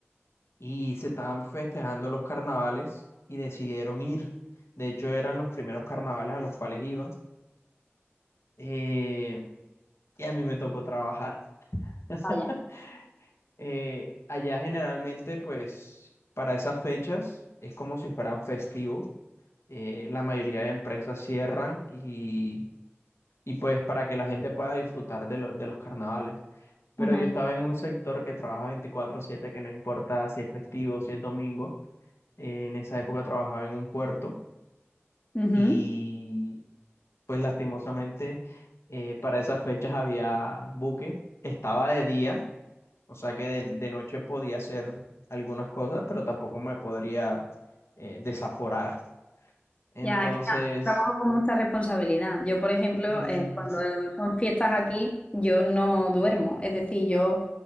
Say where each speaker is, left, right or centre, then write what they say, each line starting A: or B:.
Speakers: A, on the left (about 80°); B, on the left (about 25°).
A: y se estaban festejando los carnavales y decidieron ir. De hecho, eran los primeros carnavales a los cuales iban. eh, y a mí me tocó trabajar. <laughs>
B: Vaya.
A: Eh, allá generalmente, pues, para esas fechas es como si fueran festivos. Eh, la mayoría de empresas cierran y, y pues para que la gente pueda disfrutar de, lo- de los carnavales. Pero
B: Ujú.
A: yo estaba en un sector que trabaja 24/7, que no importa si es festivo, si es domingo. En esa época trabajaba en un puerto
B: Ujú.
A: y pues lastimosamente eh, para esas fechas había buque. Estaba de día, o sea que de, de noche podía hacer algunas cosas, pero tampoco me podría eh, desaforar. Entonces,
B: Ya, es que trabajo con mucha responsabilidad. Yo, por ejemplo,
A: sí.
B: eh, cuando son fiestas aquí, yo no duermo. Es decir, yo